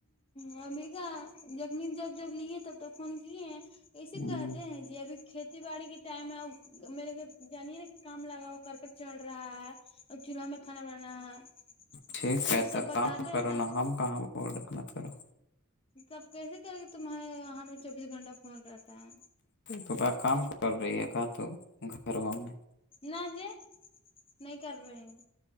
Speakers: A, on the left; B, on the left.
A: ہ ابھی کا ک جب جب لیے تب تو فون کیے ہیں
B: ہوں
A: اسے کہتے ہیں جی ابھی کھیتی باڑی کے ٹائم ہے ا میرے گھر جانے نا کہ کام لگا ہوا کر کے چل رہا ہے اور چولہا میں کانا بنانا ہے
B: ٹھیک
A: اور
B: ہے
A: وہ
B: تو
A: سب بتاتے
B: کام کرو
A: ہیں تب
B: نا ہم کہاں مت کرو
A: لب کیسے کریں گے تمہارے ہات میں چوبیس گھنٹہ فون رہتا ہے
B: تو کیا کام کر رہی ہے کا تو گھر و میں
A: نہ ج نہیں کر رہے ہیں